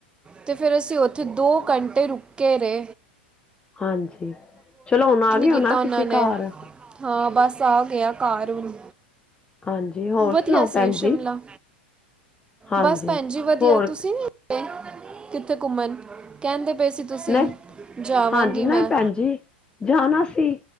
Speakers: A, on the right; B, on the left.
A: ਤੇ ਫਿਰ ਅਸੀਂ ਉੱਥੇ ਦੋ ਘੰਟੇ ਰੁਕੇ ਰੇ
B: ਹਾਂਜੀ, ਚਲੋ ਹੁਣ ਆ ਗਏ
A: ਕੀਤਾ
B: ਹੋ ਨਾ
A: ਉਹਨਾਂ
B: ਤੁਸੀਂ
A: ਨੇ
B: ਘਰ
A: ਹਾਂ ਬਸ ਆ ਗਏ ਘਰ ਹੁਣ
B: ਹਾਂਜੀ, ਹੋਰ
A: ਵਧੀਆ
B: ਸੁਣਾਓ
A: ਸੀ
B: ਭੈਣ
A: ਸ਼ਿਮਲਾ
B: ਜੀ ਹਾਂਜੀ
A: ਬਸ ਭੈਣ ਜੀ ਵਧੀਆ
B: ਹੋਰ
A: ਤੁਸੀਂ ਨੀ ਗਏ। ਕਿੱਥੇ ਘੁੰਮਣ ਕਹਿੰਦੇ ਪਏ ਸੀ ਤੁਸੀਂ
B: ਨਹੀਂ
A: ਜਾਵਾਂਗੀ
B: ਹਾਂਜੀ ਨਹੀਂ
A: ਮੈਂ
B: ਭੈਣ ਜੀ ਜਾਣਾ ਸੀ